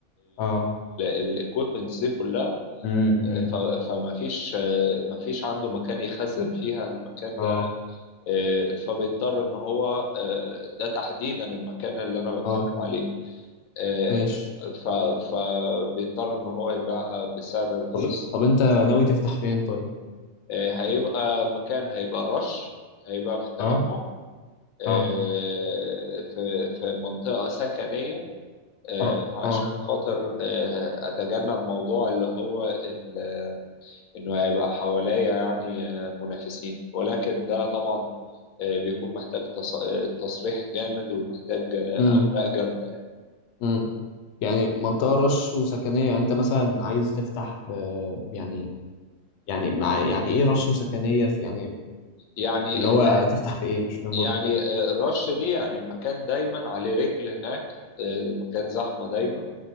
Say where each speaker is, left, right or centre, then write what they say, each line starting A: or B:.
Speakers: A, on the left; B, on the left.
A: اه
B: الايكويبمنتس دي كلها
A: امم امم
B: ف- فما فيش آه، ما فيش عنده مكان يخزن فيها المكان
A: اه
B: آه، فبيضطر ان هو آه، ده تحديدا المكان اللي انا بتكلم
A: اه
B: عليه آه،
A: ماشي
B: ف- فبيضطر ان هو يبيعها بسعر رخيص
A: طب طب انت ناوي تفتح فين طيب
B: آه، هيبقى مكان هيبقى رش هيبقى في التجمع
A: اه
B: آه،
A: اه
B: في في منطقة سكنية آه،
A: أر-
B: عشان
A: اه
B: خاطر آه، أتجنب موضوع اللي هو ال- إنه هيبقى حواليا يعني آه، منافسين ولكن ده طبعا آه، بيكون محتاج تص- آه، تصريح جامد ومحتاج آه،
A: امم
B: أوراق جامدة
A: امم يعني منطقة رش وسكنية يعني انت مثلا عايز تفتح في يعني يعني مع يعني ايه رش وسكنية في يعني
B: يعني
A: اللي هو
B: ال-
A: تفتح في ايه مش فاهم
B: يعني
A: برضه
B: آه، الرش دي يعني المكان دايما عليه رجل هناك آه، مكان زحمة دايما